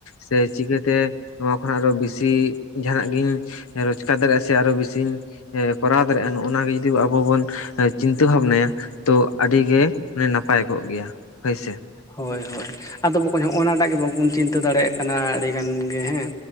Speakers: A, on the left; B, on the left.
A: ᱥᱮ ᱪᱤᱠᱟᱹᱛᱮ ᱱᱚᱣᱟ ᱠᱷᱚᱱᱟᱜ ᱟᱨᱚ ᱵᱮᱥᱤ ᱡᱟᱦᱟᱸᱱᱟᱜ ᱜᱤᱧ ᱨᱚᱪᱠᱟᱨ ᱫᱟᱨᱮᱜ-ᱟ ᱥᱮ ᱟᱨᱚ ᱵᱮᱥᱤᱧ ᱠᱚᱨᱟᱣ ᱫᱟᱨᱮᱜ-ᱟ ᱱᱚᱜ-ᱱᱟ ᱜᱮ ᱡᱚᱫᱤ ᱟᱵᱚ ᱵᱚᱱ ᱪᱤᱱᱛᱟᱹ ᱵᱷᱟᱵᱱᱟᱭᱟ ᱛᱚ ᱟᱹᱰᱤᱜ ᱜᱮ ᱱᱟᱯᱟᱭ ᱠᱚᱜ ᱜᱮᱭᱟ ᱦᱳᱭ ᱥᱮ᱾
B: ᱦᱳᱭ ᱦᱳᱭ ᱟᱫᱚ ᱵᱟᱠᱚᱧ ᱦᱚᱜ- ᱱᱟ ᱴᱟᱜ ᱜᱮ ᱵᱟᱵᱚᱱ ᱪᱤᱱᱛᱟᱹ ᱫᱟᱲᱮᱜ ᱠᱟᱱᱟ ᱟᱹᱰᱤ ᱜᱟᱱ ᱜᱮ ᱦᱮᱸ